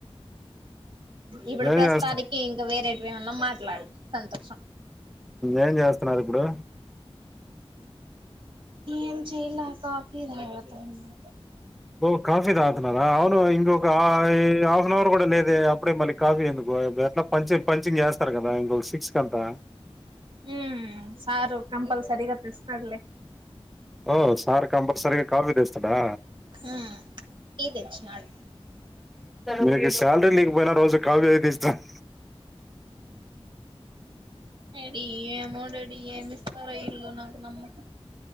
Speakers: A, on the right; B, in the centre.
A: ఇప్పుడు
B: ఏం
A: ప్రస్తుతానికి
B: చేస్త
A: ఇంకా వేరే ఏమన్నా మాట్లాడు సంతోషం
B: ఏం చేస్తున్నారు ఇప్పుడు
A: ఏం చేయలా కాఫీ తాగుతున్నా
B: ఓ కాఫీ తాతున్నారా అవును ఇంకొక హాఫ్ అన్ అవర్ కూడా లేదే అప్పుడే మళ్ళీ కాఫీ ఎందుకు ఎట్లా పంచి పంచింగ్ చేస్తారు కదా ఇంకో సిక్స్ క అంతా
A: హుమ్ సారు కంపల్సరిగా తెస్తాడులే
B: ఓ సార్ కాఫీ చేస్తాడా
A: హ్మ్ టీ తెచ్చినాడు
B: మీకు శాలరీ లేలీకపోయినా రోజు కాఫీ తీ ఇస్తాను
A: అడిమోడడి అల నాకు నమ